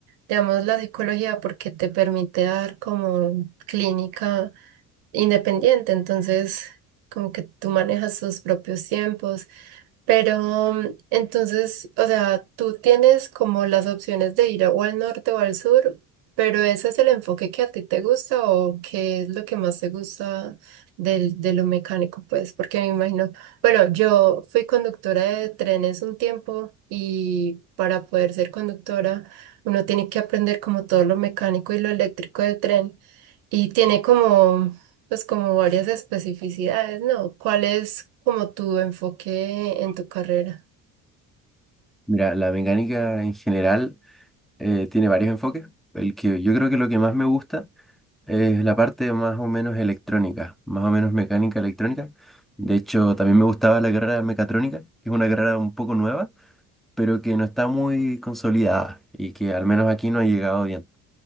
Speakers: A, on the right; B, in the centre.
A: digamos, la psicología porque te permite dar como clínica independiente. Entonces, como que tú manejas tus propios tiempos pero mm, entonces, o sea, tú tienes como las opciones de ir o al norte o al sur, pero ese es el enfoque que a ti te gusta o qué es lo que más te gusta del, de lo mecánico, pues, porque me imagino, bueno, yo fui conductora de trenes un tiempo y para poder ser conductora uno tiene que aprender como todo lo mecánico y lo eléctrico del tren y tiene como pues como varias especificidades, ¿no? ¿Cuál es como tu enfoque en tu carrera?
B: Mira, la mecánica en general eh, tiene varios enfoques. El que yo creo que lo que más me gusta es la parte más o menos electrónica, más o menos mecánica electrónica. De hecho, también me gustaba la carrera de mecatrónica, que es una carrera un poco nueva, pero que no está muy consolidada y que al menos aquí no ha llegado bien.